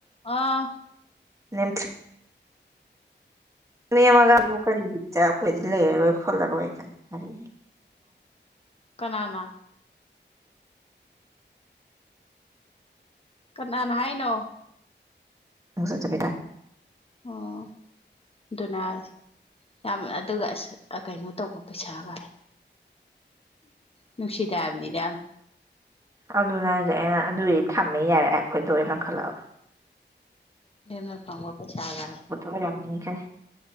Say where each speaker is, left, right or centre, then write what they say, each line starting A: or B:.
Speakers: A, on the left; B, on the right.
A: ꯑꯥ
B: ꯅꯦꯝꯊꯔ꯭ꯤꯛ ꯅꯦꯝꯅꯒ ꯀꯔꯤꯒꯤꯠꯇ ꯑꯩꯈꯣꯏꯗꯤ ꯂꯩꯔꯔꯣꯏ ꯈꯣꯜꯂꯔꯣꯏ ꯀ ꯀꯔꯤ
A: ꯀꯅꯥꯅꯥ ꯀꯅꯥꯅ ꯍꯥꯏꯅꯣ
B: ꯃꯁꯥꯖꯦꯗ
A: ꯑꯣ ꯑꯗꯨꯅ ꯌꯥꯝ ꯑꯗꯨꯒ ꯑꯁ ꯀꯩꯅꯣ ꯇꯧꯕ ꯄꯩꯁꯥꯒꯥꯏ ꯅꯨꯡꯁꯤꯗꯦ ꯍꯥꯏꯕꯅꯤꯗ
B: ꯑꯗꯨꯅ ꯍꯥꯏꯗ ꯑꯩꯅ ꯑꯗꯨꯗꯤ ꯊꯝꯃꯦ ꯌꯥꯔꯑꯦ ꯑꯩꯈꯣꯏꯗ ꯀꯟꯈꯠꯂꯛ
A: ꯃꯦ ꯐꯥꯎꯣ ꯄꯩꯁꯥꯒ
B: ꯑꯣꯏꯔꯝꯅꯤ ꯀꯥꯏ